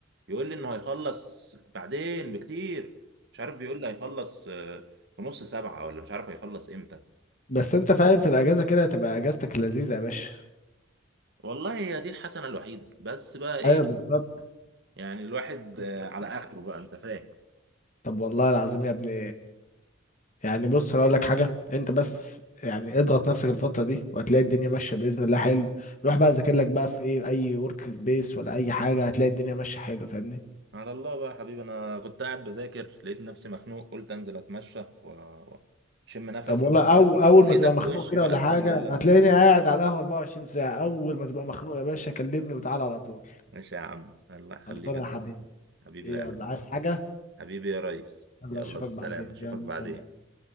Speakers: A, on the right; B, on the left.
A: يقول لي انه هيخلص بعدين بكتير مش عارف بيقول لي هيخلص آه، في نص سبعة ولا مش عارف هيخلص امتى
B: بس انت فاهم في الاجازه كده تبقى اجازتك اللذيذه يا باشا
A: والله هي دي الحسنه الوحيده بس بقى ايه
B: ايوه بالظبط
A: يعني الواحد آه، على اخره بقى انت فاهم
B: طب والله العظيم يا ابني يعني بص انا اقول لك حاجه انت بس يعني اضغط نفسك الفتره دي وهتلاقي الدنيا ماشيه باذن الله حلو روح بقى ذاكر لك بقى في ايه اي ورك سبيس ولا اي حاجه هتلاقي الدنيا ماشيه حلو فاهمني
A: على الله بقى يا حبيبي انا كنت قاعد بذاكر لقيت نفسي مخنوق قلت انزل اتمشى و- واشم نفسي
B: طب والله أو أول
A: ولقيتك
B: ما تبقى مخنوق
A: في وشي
B: كده
A: بقى
B: ولا
A: الحمد
B: حاجة
A: لله
B: هتلاقيني قاعد على القهوة 24 ساعة أول ما تبقى مخنوق يا باشا كلمني وتعالى على طول
A: ماشي يا عم الله يخليك
B: خلصانة
A: يا
B: يا
A: صوص
B: حبيبي
A: حبيبي
B: يلا
A: يا قلبي
B: عايز حاجة؟
A: حبيبي يا ريس
B: يلا
A: يلا
B: أشوفك
A: بالسلامة
B: بعدين
A: اشوفك
B: يلا
A: بعدين
B: سلام